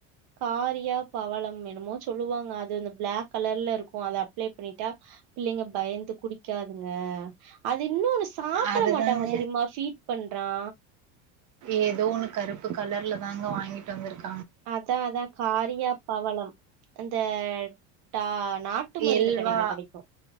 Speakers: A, on the right (about 60°); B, on the right (about 45°).
A: காரியா பவளம் ம் என்னமோ சொல்லுவாங்க அது இந்த பிளாக் கலர்ல இருக் கு அத அப்ளை பண்ணிட்டா பிள்ளைங்க பயந்து குடிக்காதுங்க அ து இன்னொன்னு சாப்பட
B: அதுதாங்க
A: மாட்டாங்க தெரியுமா ஃபீட் பண்றா
B: ஏதோ ஒன்னு கருப்பு கலர்லதாங்க வாங்கிட்டு வந்திருக்
A: அதா அதா காரியா பவளம் இந்த டா நாட்டு மருந்து
B: எல்வா
A: கடையில கெடைக்கு